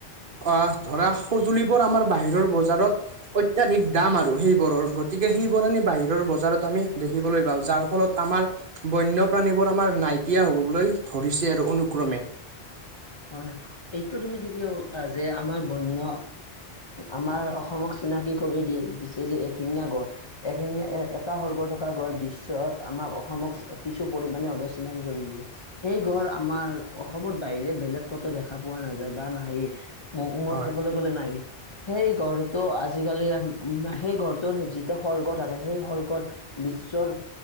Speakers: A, on the right; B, on the left.
A: অ ধৰা সঁজুলিবোৰ আমাৰ বাহিৰৰ বজাৰত অ অত্যাধিক দাম আৰু সেইবোৰৰ গতিকে সেইবোৰ আমি বাহিৰৰ বজাৰত আমি দেখিবলৈ পাওঁ যাৰ ফলত আমাৰ বন্যপ্ৰাণীবোৰ আমাৰ নাইকিয়া হবলৈ ধৰিছে আৰু অনুক্ৰমে
B: <inaudible> হয় এইটো তুমি ঠিকো যে আমাৰ বন্য আমাৰ অসমক চিনাকি কৰি দি দিছে যে এশিঙা গড় এশিঙা এটা সৰ্গ থকা গড় বিশ্বত আমাৰ অসমক কিছু পৰিমাণে হলেও চিনাকি কৰিব সেই ঘৰ আমাৰ অসমত বাহিৰে বেলেগ ক'ত দেখা পোৱা নাযায় বা নাইয়ে ম' মই
A: হয়
B: ক'বলৈ গ'লে নাই সেই ঘৰ ত' আজিকালি সেই ঘৰটোৰ যিটো সৰ্গ থাকে সেই সৰ্গত বিশ্বৰ